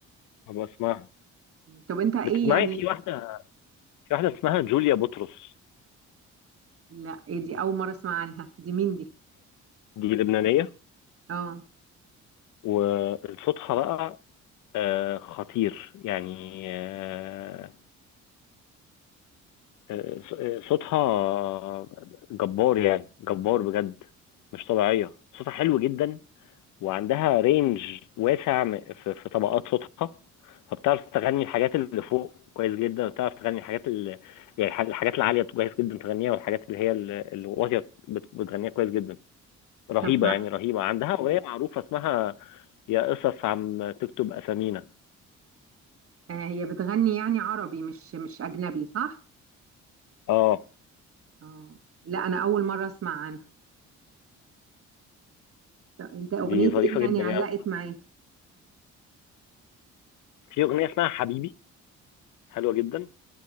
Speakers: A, on the left; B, on the right.
A: ابقى اسمعها
B: طب انت ايه
A: بتسمعي
B: يعني
A: في واحده في واحده اسمها جوليا بطرس
B: لا ايه دي اول مره اسمع عنها دي مين دي
A: دي لبنانيه
B: اه
A: وصوتها بقى آه، خطير يعني آه، آه، صوتها جبار يعني جبار بجد مش طبيعية صوتها حلو جدا وعندها رينج واسع م- في في طبقات صوتها فبتعرف تغني الحاجات اللي فوق كويس جدا وبتعرف تغني الحاجات اللي يعني الح- الحاجات العالية كويس جدا تغنيها والحاجات اللي هي ال- الواطية بت- بتغنيها كويس جدا رهيبة
B: طب ما
A: يعني رهيبة عندها أغنية معروفة اسمها يا قصص عم تكتب أسامينا
B: آه هي بتغني يعني عربي مش مش اجنبي صح
A: اه
B: اه لا انا اول مره اسمع عنها طب انت اغنيه
A: دي ظريفة
B: ايه يعني
A: جدا
B: علقت
A: يعني
B: معاك
A: في أغنية اسمها حبيبي حلوة جدا